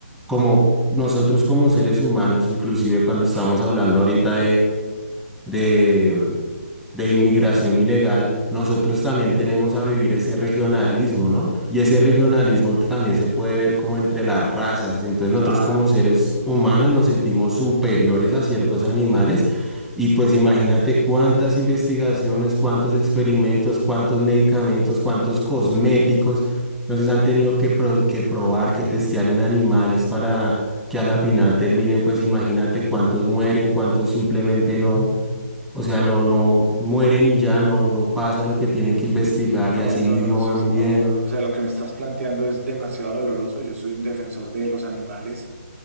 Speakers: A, in the centre; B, on the right (about 65°).
A: Como nosotros como seres humanos, inclusive cuando
B: Uf,
A: estamos hablando ahorita de, de inmigración ilegal, nosotros también tenemos a vivir ese regionalismo, ¿no? Y ese regionalismo también se puede ver como entre las razas. Entonces nosotros
B: claro,
A: como seres humanos nos sentimos superiores a ciertos animales. Y pues imagínate cuántas investigaciones, cuántos experimentos, cuántos medicamentos, cuántos cosméticos. Entonces han tenido que, pro- que probar, que testear en animales para que a la final terminen, pues imagínate cuántos mueren, cuántos simplemente no, o sea, no, no mueren y ya no, no pasa lo que tienen que investigar
B: No,
A: y así
B: es
A: mismo
B: dolorosísimo.
A: van muriendo.
B: Eh, O sea, lo que me estás planteando es demasiado doloroso. Yo soy un defensor de los animales.